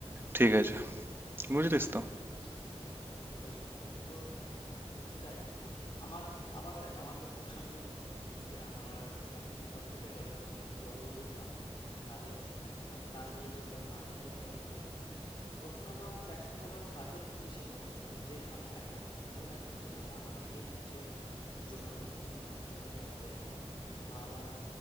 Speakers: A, on the right (about 20°); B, on the left (about 50°).
A: ঠিক আছে বুঝলিস
B: আচ্ছা
A: তো
B: আচ্ছা বুঝলাম তো দেখ আমার আবার দেখ আমার যখন <laughs> আমি গ্যা- আমার আমার সবকিছু কমপ্লিট হয়ে গেল যখন জবে ঢুকলাম কাজে স- মানে কাজ বাজে ঢুকলাম আর্নিং করতে আরম্ভ করলাম তখন আমার প্যাশনটা আবার কাজের মধ্যে সীমাবদ্ধ হয়ে গেল যে আমি একটা কাজে কাজ করছি আচ্ছা আমার ড্রিম হচ্ছে জোনাল ইঞ্জিন জোনাল ম্যানেজার হওয়ার বা আমার